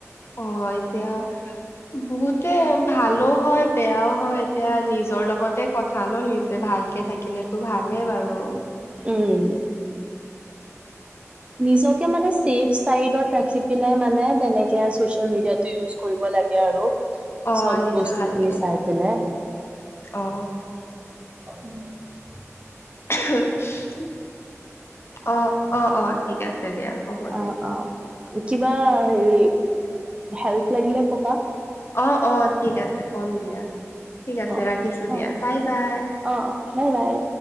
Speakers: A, on the left; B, on the right.
A: অ এতিয়া বহুতে ভালো হয় বেয়াও হয়। এতিয়া নিজৰ লগতে কথা ন নিজে ভালকে থাকিলেতো ভালেই বাৰু।
B: উম নিজকে মানে চেইভ ছাইড ৰাখি পেলাই মানে তেনেকে চচিয়েল মিডিয়াটো ইউজ কৰিব লাগে আৰু
A: অ
B: চব
A: নিজে
B: বস্তুখিনি
A: ভালকে
B: চাই পেলাই
A: অ
B: উম <unintelligible>
A: <unintelligible> অহ-অহ-অহ ঠিক আছে। আছে দিয়া হ'ব
B: অ
A: দিয়া।
B: অ কিবা হেৰি হেল্প লাগিলে কবা।
A: অ-অ ঠিক আছে কম দিয়া। ঠিক আছে
B: অ
A: ৰাখিছো
B: অ
A: দিয়া বাই-বাই।
B: অ বাই বাই